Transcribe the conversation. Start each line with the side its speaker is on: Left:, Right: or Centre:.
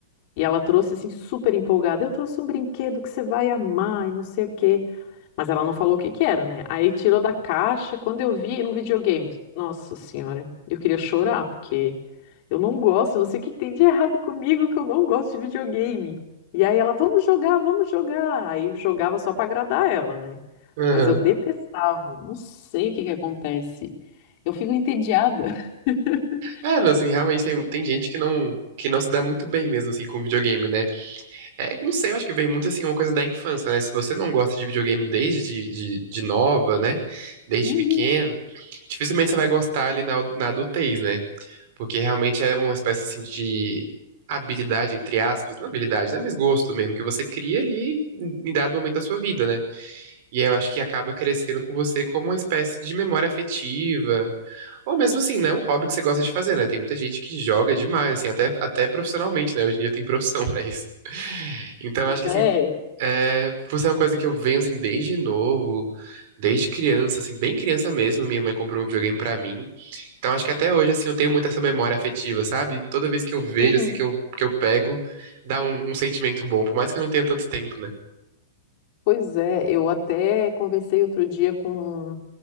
Left: E ela trouxe assim super empolgada. Eu trouxe um brinquedo que você vai amar e não sei o quê. Mas ela não falou o que que era, né? Aí tirou da caixa. Quando eu vi, era um videogame. Nossa senhora, eu queria chorar porque eu não gosto, não sei o que tem de errado comigo que eu não gosto de videogame. E aí ela, vamos jogar, vamos jogar. Aí jogava só pra agradar ela, né?
Right: Aham.
Left: Mas eu detestava. Não sei o que que acontece. Eu fico entediada. <laughs>
Right: É, não, assim, realmente tem, tem gente que não, que não se dá muito bem mesmo, assim, com videogame, né? É, não sei, eu acho que vem muito, assim, uma coisa da infância, né? Se você não gosta de videogame desde de, de nova, né? Desde
Left: Uhum.
Right: pequeno, Dificilmente você vai gostar ali na, na adultez, né? Porque realmente é uma espécie assim de habilidade, entre aspas, não habilidade, né? Mas gosto mesmo, que você cria ali em em dado momento da sua vida, né? E eu acho que acaba crescendo com você como uma espécie de memória afetiva. Ou mesmo assim, né? Um hobby que você gosta de fazer, né? Tem muita gente que joga demais, assim, até, até profissionalmente, né? Hoje em dia tem profissão <laughs> pra isso. Então,
Left: Pois
Right: acho que
Left: é.
Right: assim, é, por ser uma coisa que eu venho assim desde novo, desde criança, assim, bem criança mesmo, minha mãe comprou um videogame pra mim. Então acho que até hoje assim eu tenho muito essa memória afetiva, sabe? Toda vez que eu vejo
Left: Uhum.
Right: assim que eu, que eu pego, dá um, um sentimento bom, por mais que eu não tenha tanto tempo, né?
Left: Pois é, eu até conversei outro dia com